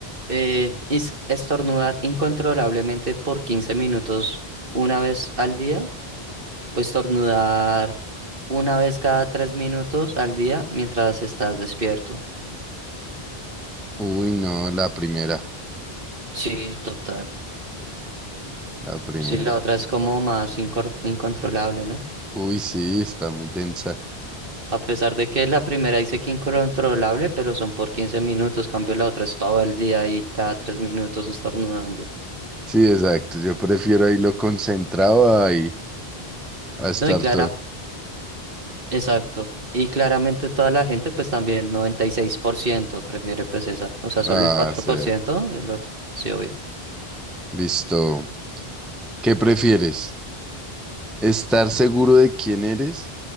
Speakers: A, on the right (about 60°); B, in the centre.
A: Eh, is- estornudar incontrolablemente por 15 minutos una vez al día o estornudar una vez cada tres minutos al día mientras estás despierto.
B: Uy, no, la primera,
A: Sí, total.
B: la primera.
A: Sí, la otra es como más incor- incontrolable, ¿no?
B: Uy, sí, está muy tensa.
A: A pesar de que la primera dice que incontrolable, pero son por 15 minutos, cambio la otra es todo el día y cada tres minutos estornudando.
B: Sí, exacto. Yo prefiero ahí lo concentrado ahí a estar
A: No, y clara,
B: todo.
A: exacto. Y claramente toda la gente, pues también 96% prefiere pues esa. O sea, solo
B: Ah,
A: el cuatro
B: sí.
A: por ciento del otro. Sí, obvio.
B: Listo. ¿Qué prefieres? ¿Estar seguro de quién eres